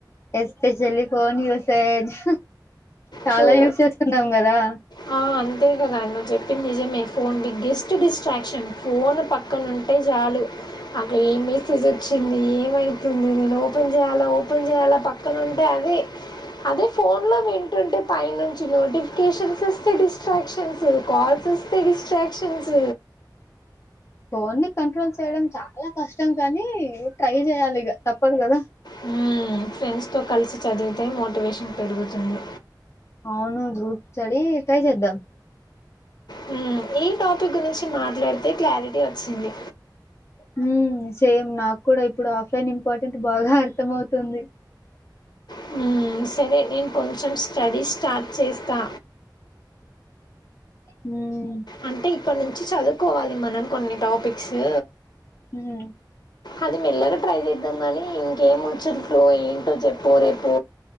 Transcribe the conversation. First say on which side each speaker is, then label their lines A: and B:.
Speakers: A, on the left; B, on the left.
A: ఎస్పీషయల్లీ ఫోన్ యూజ్ చేయొద్దు చాలా
B: ట్రూ
A: యూస్ చేస్తున్నాం కదా
B: ఆ! అంతే కదా నువ్వు చెప్పింది నిజమే ఫోన్ బిగ్గెస్ట్ డిస్ట్రాక్షన్ ఫోన్ పక్కన ఉంటే చాలు అక్కడ ఏం మెసేజ్ వచ్చింది ఏమయితుంది నేను ఓపెన్ చేయాలా ఓపెన్ చేయాలా పక్కన ఉంటే అదే అదే ఫోన్ లో విం పై నుంచి నోటిఫికేషన్స్ వస్తే డిస్ట్రాక్షన్స్ కాల్స్ వస్తే డిస్ట్రాక్షన్స్
A: ఫోన్ ని కంట్రోల్ చేయడం చాలా కష్టం కానీ ట్రై చేయాలి ఇగ తప్పదు కదా
B: హ్మ్ ఫ్రెండ్స్ తో కలిసి చదివితే మోటివేషన్ పెరుగుతుంది.
A: అవును గ్రూప్ స్టడీ ట్రై చేద్దాం
B: హ్మ్ ఈ టాపిక్ గురించి మాట్లాడితే క్లారిటీ వచ్చింది.
A: హ్మ్ సేమ్ నాకు కూడా ఇప్పుడు ఆఫ్లైన్ ఇంపార్టెంట్ బాగా అర్థం అవుతుంది.
B: హ్మ్ సరే నేను కొంచెం స్టడీ స్టార్ట్ చేస్తా.
A: హ్మ్
B: అంటే ఇప్పటి నుంచి చదువుకోవాలి మనం కొన్ని టాపిక్సు
A: హ్మ్
B: అది మెల్లగా ట్రై చేద్దాం కానీ ఇంకేం వచ్చు నీకు ఏంటో చెప్పు రేపు